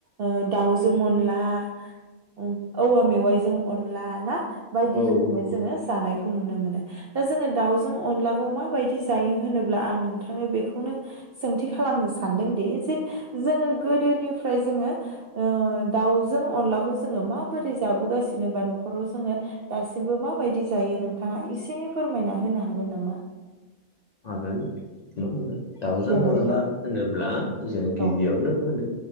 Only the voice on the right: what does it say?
ओ दाव जों अनला आ उम औवा मेवायजों अनला ना? बायदि
रोखोमै
जोंङो जानाय खौ नुनो मोनो। दा जोंङो दाउजों अनलाखौ माबायदि जायो होनोब्ला आं नोंथांनोव बेखौनो सोंथि खालामनो सानदों यि जे जोंङो गोदोनिफ्राय जोंङो ओ दाव जों अनलाखौ जोंङो माबोरै जाबोगासि जेनेबा नखराव जोंङो दासिमबो मा बायदि जायो नोंथांङा एसे एसे फोरमायना होनो हागोन नामा?
देलाय
बुंलाय
औ